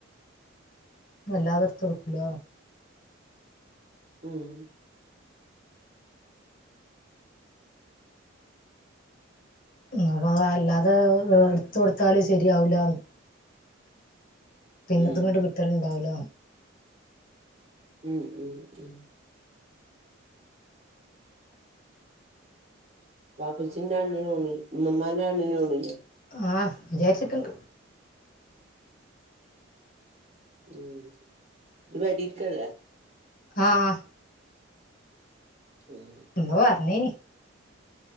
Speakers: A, on the left (about 45°); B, on the right (about 30°).
A: അല്ലാതെ എടുത്തു കൊടുക്കില്ല
B: ഉം
A: ഉം അതഅതല്ലാതെ എടുതൊടുത്താല് ശരിയാവൂല്ലന്ന് പിന്നെ
B: ഉം
A: ത് ഇങ്ങട്ട് കിട്ടലുണ്ടാവില്ല
B: ഉം ഉം ഉം ബപ്പച്ചിന്റെ ആണ്ടിന് പോണില്ലേ ഇമ്മാന്റെ ആണ്ടിനു പോണില്ലേ
A: ആ വിചാരിച്ചക്കണ്ട്
B: ഉം ഇജ് പെരിക്കല്ലേ
A: ആ ആ
B: ഉം
A: ന്ന് പറഞ്ഞേന്